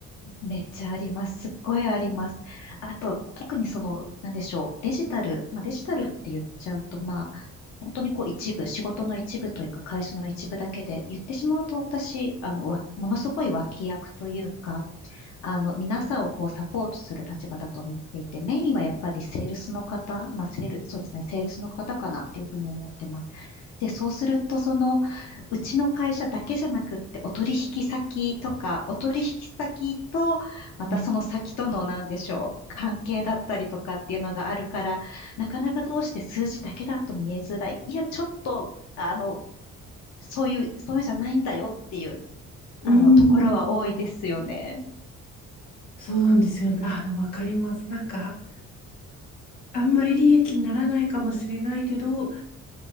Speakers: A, on the left; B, on the left.
A: めっちゃあります。すっごいあります。あと、特にその、なんでしょう、デジタル、まあデジタルって言っちゃうと、まあ、本当にこう一部、仕事の一部というか、会社の一部だけで、言ってしまうと私、あの、わものすごい脇役というか、あの、皆さんをこうサポートする立場だと思っていて、メインはやっぱりセールスの方、まあ、セール、そうですね、セールスの方かなっていうふうに思ってます。で、そうすると、その、うちの会社だけじゃなくって、お取引先とか、お取引先と、またその先との、
B: ね、
A: なんでしょう、関係だったりとかっていうのがあるから、なかなかどうして数字だけだと見えづらい。いや、ちょっと、あの、そういう、そういうんじゃないんだよっていう、
B: うー
A: あの、ところは多いですよね。
B: ん、そうなんですよね。あ、でもわかります。なんか、あんまり利益にならないかもしれないけど、